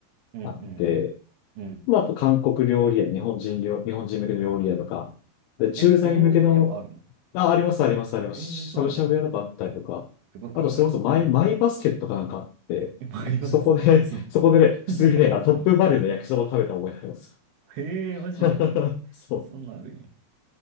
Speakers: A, on the right; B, on the left.
A: うんうんうん。
B: あって、
A: うん。
B: まあ、あと韓国料理屋、日本人料、日本人向けの料理屋とか、で駐在向けの、
A: え、日本料理屋もあるの
B: あ、あります、あります、あります。
A: えー、
B: しゃぶしゃぶ屋とかあったりとか、
A: そうなんだ。すごく意外。
B: あと、それこそマイ、
A: うん。
B: マイバスケットかなんかあって、
A: え、あります
B: そこで、
A: <laughs> そう。
B: <laughs> そこでね、普通にね、
A: <laughs>
B: あトップバリューの焼きそば食べた覚えあります
A: <laughs> うん。へえ、マジで。
B: よ。<laughs> そう。
A: そんなんあるんや。